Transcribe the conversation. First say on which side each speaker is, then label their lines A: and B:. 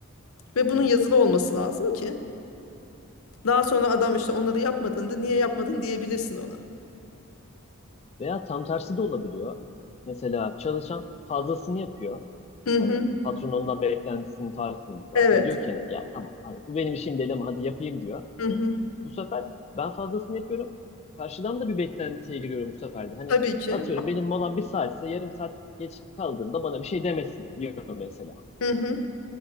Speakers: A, on the left (about 85°); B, on the left (about 30°).
A: Ve bunun
B: Evet.
A: yazılı olması lazım ki daha sonra adam işte onları yapmadığında niye yapmadın diyebilirsin ona.
B: Veya tam tersi de olabiliyor. Mesela çalışan fazlasını yapıyor.
A: Hı hı.
B: Hani patron ondan beklentisinin tartında
A: Evet.
B: ve diyor ki hani ya tamam hani bu benim işim değil ama hadi yapayım diyor.
A: Hı hı.
B: Bu sefer ben fazlasını yapıyorum. Karşıdan da bir beklentiye giriyorum bu sefer de. Hani
A: Tabii ki.
B: atıyorum benim molam bir saatse yarım saat geç kaldığında bana bir şey demesin diyor mesela.
A: Hı hı.